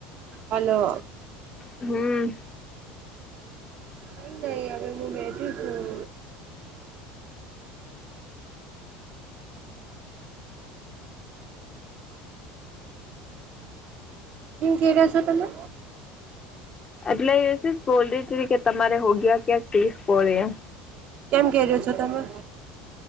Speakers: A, on the right; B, on the left.
A: હલો
B: હમ
A: કઈ નહી હવે હું બેઠી છું. કેમ કેવા છો તમે
B: એટલે બોલ્રી કે તમારે હો ગયા ક્યાંક ત્રીસ કોળ એમ
A: કેમ કે્યો છો તમે